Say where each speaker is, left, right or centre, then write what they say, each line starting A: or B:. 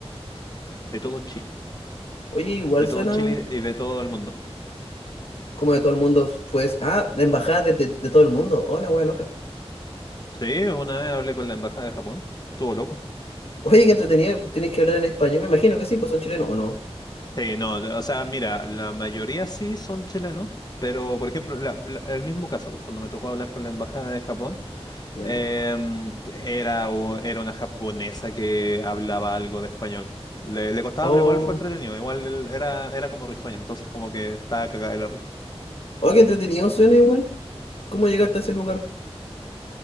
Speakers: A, on the left; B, on the left.
A: de todo Chile,
B: Oye, igual
A: de
B: suena
A: todo Chile y de todo el mundo.
B: como de todo el mundo, pues. Ah, de embajada de, de- de todo el mundo. Hola, wea loca.
A: Sí, una vez hablé con la embajada de Japón, estuvo loco.
B: Oye, qué entretenido, tenés que hablar en español. Me imagino que sí, pues son chilenos, ¿o no?
A: Sí, no, de- o sea, mira, la mayoría sí son chilenos, pero por ejemplo, la- la- el mismo caso, pues cuando me tocó hablar con la embajada de Japón,
B: Ya.
A: Em, era, u- era una japonesa que hablaba algo de español. Le, le costaba,
B: Oh,
A: pero igual fue entretenido. Igual él era, era como risueño, entonces como que estaba cagada de la risa.
B: oh, qué entretenido suena igual. ¿Cómo llegaste a ese lugar?